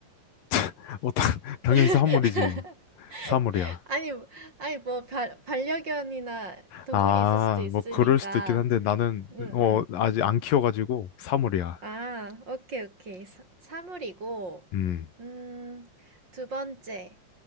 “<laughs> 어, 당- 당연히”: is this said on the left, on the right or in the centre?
Left